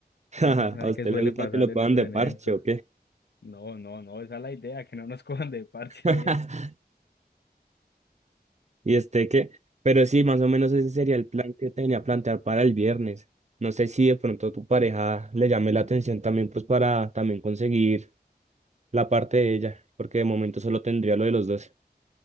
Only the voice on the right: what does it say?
<laughs>
¿A
usted
le gusta
que lo
puedan
de
parche o qué?
<laughs>
Y este qué pero sí, más o menos ese sería el plan que tenía plantear para el viernes. No sé si de pronto tu pareja le llame la atención también, pues para también conseguir la parte de ella, porque de momento solo tendría lo de los dos.